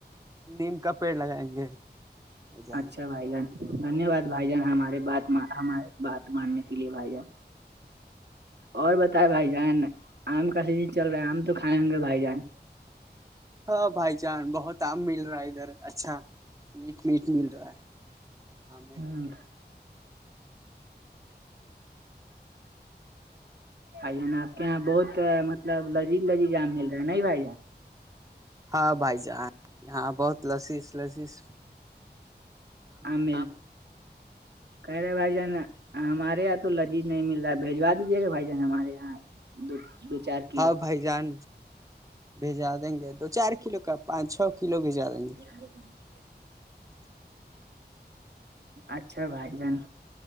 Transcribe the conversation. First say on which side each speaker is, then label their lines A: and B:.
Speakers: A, on the right (about 20°); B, on the right (about 75°).
A: نیم کا پیڑ لگائیں گے بھائی جان
B: اچھا بھائی جان دھنیہ واد بھائی جان ہمارے بات ہمارے بات ماننے کے لیے بھائی جان اور بتائائے بھائی جان آم کا سیجن چل رہا ہے آم تو کھائے ہوں گے بھائی جان
A: ہاں بھائی جان بہت آم مل رہا ہے ادھر اچھا میٹ میٹ مل رہا ہے آ میں
B: ہ آھا آپ کے یہاں بہت مطلب لذیذ لذیذ آام مل رہے ہے ن بھائیاں
A: ہاں بھائی جہاں یہاں بہت لسیس لسیس
B: آم کہہ رہے بھائی جان ہمارے یہاں تو لجیذ نہیں مل رہا ہے بجوا دیجیے گا بھائی جان ہمارے یہاں دو دو چار کلو
A: ہاں بھائی جان بھیجا دیں گے دو چار کلو کا پانچ چھ کلو بھیجا دیں گے
B: س
A: ہ
B: اچھا بھائی جان